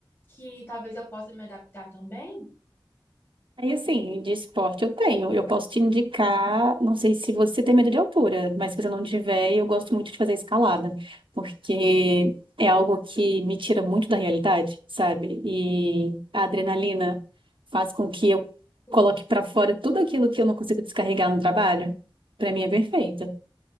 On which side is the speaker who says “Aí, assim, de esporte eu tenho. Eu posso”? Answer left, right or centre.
Right